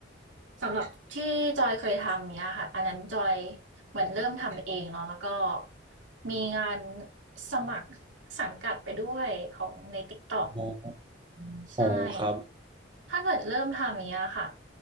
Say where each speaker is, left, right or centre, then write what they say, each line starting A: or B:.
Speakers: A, on the right; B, on the right.
A: สำหรับที่จอยเคยทำเนี้ยค่ะอันนั้นจอย เหมือนเริ่มทำเองเนาะแล้วก็มีงานสมัครสังกัดไปด้วยของใน t ิกตอก
B: อ๋อ
A: ใช่
B: อ๋อครับ
A: ถ้าเกิดเริ่มทำอย่างเงี้ยค่ะ